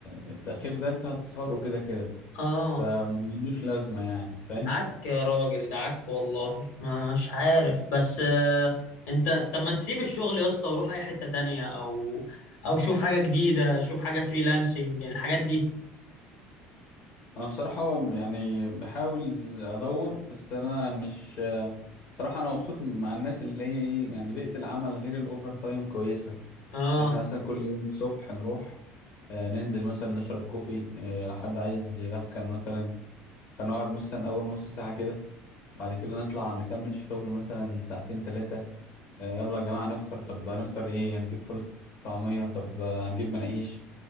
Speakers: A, on the left (about 55°); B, on the left (about 80°).
A: التأخير ده انت هتسهره كده كده
B: اه
A: فملوش لازمة يعني فاهم
B: دعك يا راجل دعك والله مش عارف بس آه، انت طب ما تسيب الشغل يا اسطى وروح اي حتة تانية او او شوف حاجة جديدة شوف حاجة فريلانسنج الحاجات دي
A: انا بصراحة يعني بحاول ادور بس انا مش صراحة انا مبسوط مع الناس اللي هي ايه يعني بيئة العمل غير الاوفر تايم كويسة
B: اه
A: اللي احنا مثلا كل يوم الصبح نروح آه، ننزل مثلا نشرب كوفي آه، لو حد عايز يدخن مثلا فنقعد مثلا اول نص ساعة كده بعد كده نطلع نكمل شغل مثلا ساعتين تلاتة آه، يلا يا جماعة نفطر طب هنفطر ايه هنجيب فول طعمية طب آه، هنجيب مناقيش